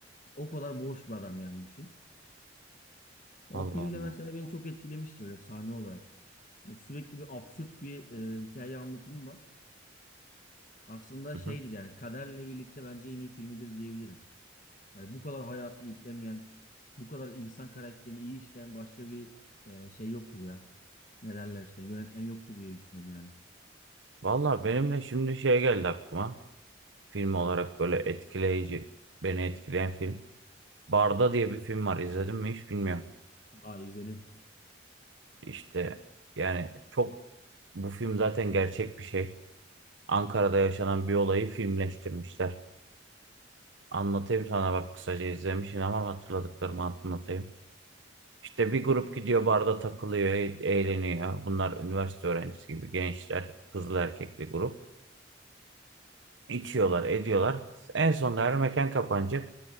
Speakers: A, on the left (about 40°); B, on the right (about 70°).
A: O kadar boş bir adam yani düşün. O
B: Allah
A: filmde
B: Allah.
A: mesela beni çok etkilemişti böyle sahne olarak. Hani sürekli bir absürt bir e, hikaye anlatımı var. Aslında
B: Hı
A: şeydir
B: hı.
A: yani kaderle birlikte bence en iyi filmidir diyebilirim. Hani bu kadar hayatı iplemeyen, bu kadar insan karakterini iyi işleyen başka bir e, şey yoktur ya. Ne derler işte yönetmen yoktur diye düşünüyorum yani.
B: Valla benimle şimdi şey geldi aklıma. Film olarak böyle etkileyici, beni etkileyen film. Barda diye bir film var. İzledin mi hiç bilmiyorum.
A: Aa izledim.
B: İşte yani çok bu film zaten gerçek bir şey. Ankara'da yaşanan bir olayı filmleştirmişler. Anlatayım sana bak kısaca izlemişsin ama hatırladıklarımı anlatayım. İşte bir grup gidiyor barda takılıyor, e- eğleniyor. Bunlar üniversite öğrencisi gibi gençler, kızlı erkekli grup. İçiyorlar, ediyorlar. En sonunda her mekan kapanacak.